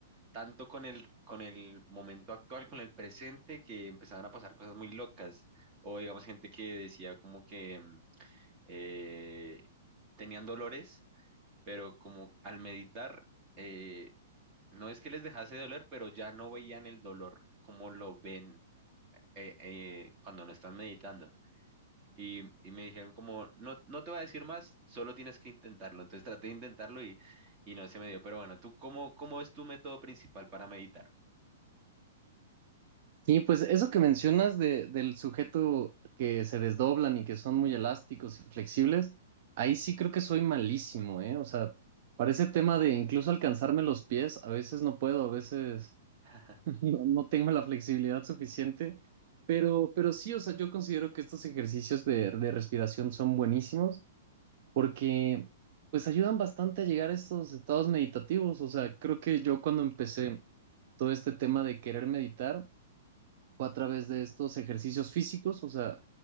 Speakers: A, on the right; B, on the right.
A: tanto con el, con el momento actual, con el presente, que empezaban a pasar cosas muy locas, o digamos gente que decía como que mm, eh, tenían dolores, pero como al meditar... eh, no es que les dejase de doler, pero ya no veían el dolor como lo ven eh, eh, cuando no están meditando. Y, y me dijeron como, no, no te voy a decir más, solo tienes que intentarlo. Entonces traté de intentarlo y, y no se me dio. Pero bueno, ¿tú cómo, cómo es tu método principal para meditar?
B: sí pues eso que mencionas de, del sujeto que se desdoblan y que son muy elásticos y flexibles, ahí sí creo que soy malísimo, ¿eh? O sea, para ese tema de incluso alcanzarme los pies, a veces no puedo, a veces...
A: <laughs>
B: No, no tengo la flexibilidad suficiente, pero, pero sí, o sea, yo considero que estos ejercicios de, de respiración son buenísimos porque pues ayudan bastante a llegar a estos estados meditativos. O sea, creo que yo cuando empecé todo este tema de querer meditar, fue a través de estos ejercicios físicos, o sea,